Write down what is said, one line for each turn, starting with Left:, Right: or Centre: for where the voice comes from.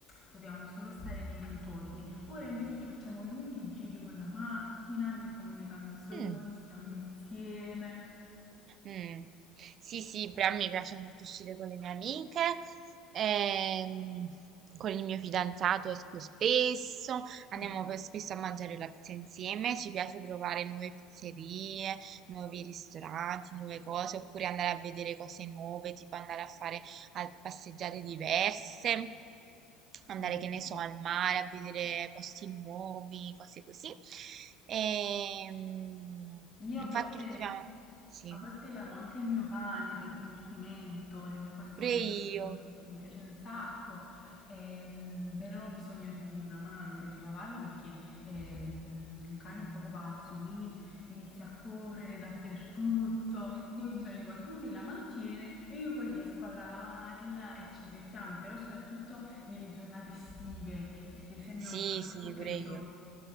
Left: potevamo solo stare nei dintorni. Ora invece ci facciamo lunghi giri con la macchina, mettiamo le canzoni,
Right: Mh.
Left: stiamo insieme.
Right: Mm. Sì, sì, però mi piace molto uscire con le mie amiche, ehm, con il mio fidanzato esco spesso, andiamo
Left: Mm,
Right: per- spesso a mangiare la pizza insieme, ci piace provare nuove pizzerie, nuovi ristoranti, nuove cose, oppure andare a vedere cose nuove, tipo andare a fare al- passeggiate diverse, andare,
Left: Sì, sì,
Right: che ne so,
Left: sì.
Right: al mare, a vedere posti nuovi, cose così. Ehm,
Left: Io
Right: infatti
Left: a volte...
Right: ultimamente... Sì.
Left: A volte lavo anche il mio cane per divertimento, nel mio passatempo.
Right: Pure io.
Left: Sì, sì, mi piace un sacco, ehm, però ho bisogno di una mano per lavarlo perché ehm, un cane è un poco pazzo, quindi inizia a correre dappertutto. Quindi ho bisogno di qualcuno che la mantiene e io poi riesco a lavarla e ci divertiamo, però soprattutto nelle giornate estive, perché se no
Right: Sì,
Left: fa troppo
Right: sì,
Left: freddo.
Right: pure io.